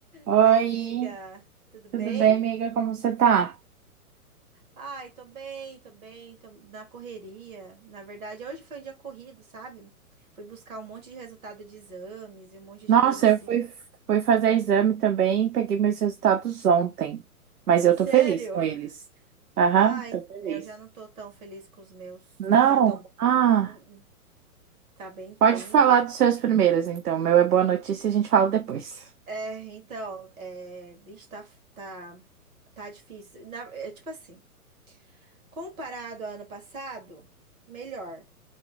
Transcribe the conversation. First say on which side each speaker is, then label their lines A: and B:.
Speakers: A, on the right; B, on the right.
A: Oi,
B: Oi, amiga, tudo bem?
A: tudo bem, amiga? Como você tá?
B: Ai, tô bem, tô bem, tô na correria. Na verdade, hoje foi um dia corrido, sabe? Fui buscar um monte de resultado de exames e um monte
A: Nossa,
B: de coisa assim.
A: eu fui, fui fazer exame também, peguei meus resultados ontem, mas eu
B: Sério?
A: tô feliz com eles. Aham,
B: Ai,
A: tô feliz.
B: é, eu já não tô tão feliz com os meus.
A: Não?
B: Não tá tão bom.
A: Ah,
B: Uh, uh. Tá bem,
A: pode
B: bem,
A: falar dos seus
B: bem.
A: primeiros, então. O Meu é boa notícia, a gente fala depois.
B: É, então, é, ixi, tá, tá, tá difícil. Na- é, tipo assim, comparado ao ano passado, melhor.